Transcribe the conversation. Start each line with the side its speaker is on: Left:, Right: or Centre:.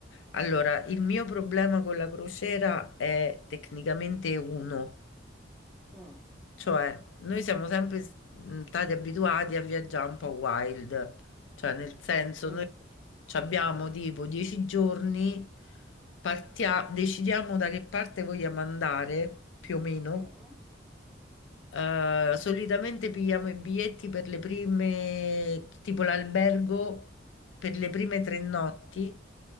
Left: Allora, il mio problema con la crociera è tecnicamente uno.
Centre: Mm,
Left: Cioè, noi siamo sempre s- mh, stati abituati a viaggiare un po' wild, cioè nel senso
Centre: mm,
Left: noi ci abbiamo tipo dieci giorni, partia- decidiamo da che parte vogliamo andare, più o meno.
Centre: mm.
Left: Eh, solitamente pigliamo i biglietti per le prime, tipo l'albergo per le prime tre notti